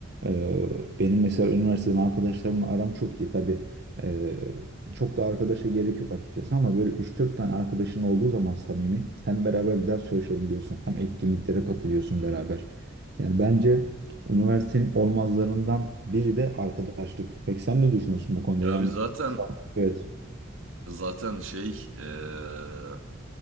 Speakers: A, on the right (about 55°); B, on the right (about 80°).
A: Ee, benim mesela üniversiteden arkadaşlarımla aram çok iyi. Tabii ee, çok da arkadaşa gerek yok açıkçası ama böyle üç dört tane arkadaşın olduğu zaman samimi hem beraber ders çalışabiliyorsun hem etkinliklere katılıyorsun
B: Hı hı.
A: beraber. Yani bence üniversitenin olmazlarından biri de arkadaşlık. Peki sen ne düşünüyorsun bu konuda?
B: Ya
A: Yani
B: biz zaten
A: Sağ ol. evet.
B: Zaten şey eee,